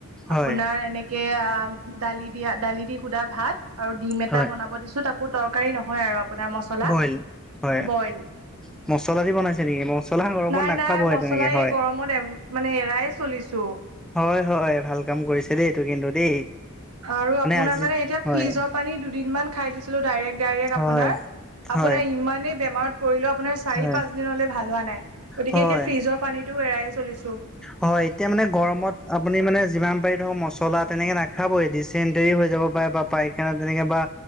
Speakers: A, in the centre; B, on the right.
A: হয়
B: আপোনাৰ এনেকে আহ দালি দিয়া দালি দি সুধা ভাত। আৰু ডিম এটা
A: হয়
B: বনাব দিছো, তাকো তৰকাৰী নহয় আৰু আপোনাৰ মছলা
A: বইল হয়
B: বইল।
A: মছলা দি বনাইছে নেকি? মছলা গৰমত
B: নাই
A: নাখাব
B: নাই মছলা
A: তেনেকে হয়।
B: <unintelligible> মানে এৰাই চলিছো।
A: হয়, হয়। ভাল কাম কৰিছে দেই, এইটো কিন্তু দেই।
B: আৰু আপোনাৰ
A: আজি
B: মানে এতিয়া
A: হয়
B: ফিজৰ পানী দুদিনমান খাই দিছিলোঁ, ডাইৰেক্ট-ডাইৰেক্ট
A: হয়
B: আপোনাৰ। আপোনাৰ
A: হয়
B: ইমানেই বেমাৰত পৰিলে আপোনাৰ চাৰি
A: হয়
B: পাঁচ দিনলে ভাল হোৱা নাই, গতিকে
A: হয়
B: এতিয়া ফ্ৰিজৰ পানীটোও এৰাই চলিছো।
A: হয় এতিয়া মানে গৰমত আপুনি মানে যিমান পাৰে ধৰক মচলা মচলা তেনেকে নাখাবয়ে ডিচেণ্টৰী হৈ যাব পাৰে বা পায়খানা তেনেকে বা